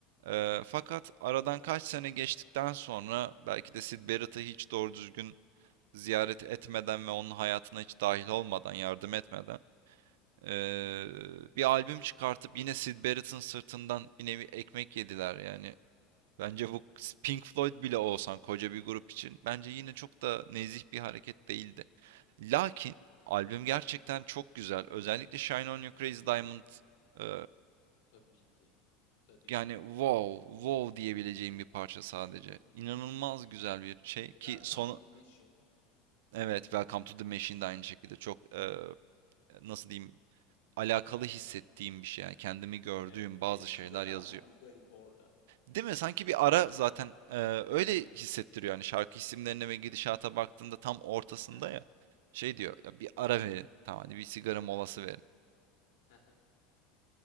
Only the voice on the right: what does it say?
Ee, fakat aradan kaç sene geçtikten sonra belki de Syd Barrett'ı hiç doğru düzgün ziyaret etmeden ve onun hayatına hiç dahil olmadan, yardım etmeden ee,
bir albüm çıkartıp yine Syd Barrett'ın sırtından bir nevi ekmek yediler. Yani Bence
bu Pink Floyd bile olsan koca bir grup için bence yine çok da nezih bir hareket değildi. Lakin albüm gerçekten çok güzel. Özellikle Shine On Your Crazy Diamond eee,
yani
wow wow diyebileceğim bir parça sadece.
İnanılmaz
güzel bir şey
ki son
evet Welcome to the Machine de aynı şekilde çok eee, nasıl diyeyim alakalı hissettiğim bir şey. Yani kendimi gördüğüm
bazı
şeyler
yazıyor.
Değil mi? Sanki bir ara zaten e, öyle
hissettiriyor. Yani şarkı isimlerine
ve gidişata
baktığında tam ortasında
ya. Şey
diyor ya bir
ara verin. Tamam hani bir sigara molası
verin.